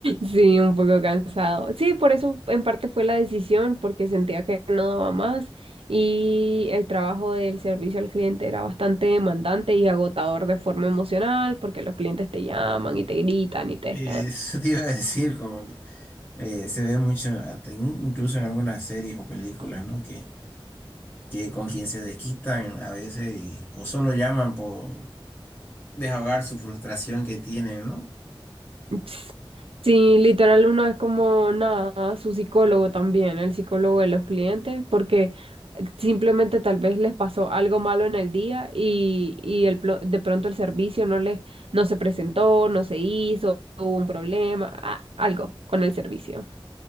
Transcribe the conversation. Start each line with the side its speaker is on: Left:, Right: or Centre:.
Right: Sí, un poco cansado. Sí, por eso en parte fue la decisión, porque sentía que no daba más y el trabajo del servicio al cliente era bastante demandante y agotador de forma emocional, porque los clientes te llaman y te gritan y te...
Left: Eso te iba a decir, como que eh, se ve mucho, hasta in- incluso en algunas series o películas,
Right: ah.
Left: ¿no? Que, que con quien se desquitan a veces y- o solo llaman por desahogar su frustración que tienen, ¿no?
Right: Ps, Sí, literal, uno es como nada, su psicólogo también, el psicólogo de los clientes, porque simplemente tal vez les pasó algo malo en el día y, y el, plo- de pronto el servicio no les, no se presentó, no se hizo, hubo un problema, ah, algo con el servicio.